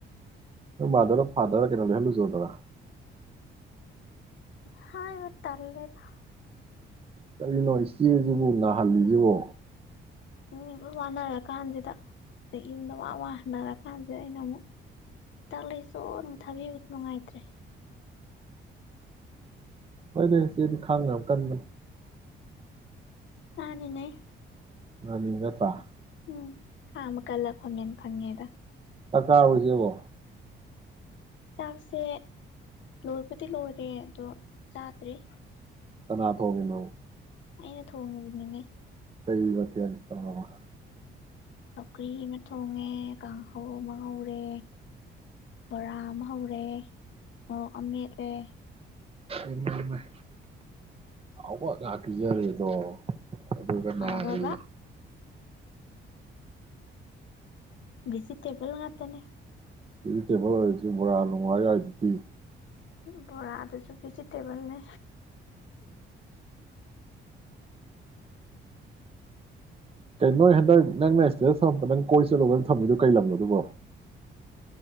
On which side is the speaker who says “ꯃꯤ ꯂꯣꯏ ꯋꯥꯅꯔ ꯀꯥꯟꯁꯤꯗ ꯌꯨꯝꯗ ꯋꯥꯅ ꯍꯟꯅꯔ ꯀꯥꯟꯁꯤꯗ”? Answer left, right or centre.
Left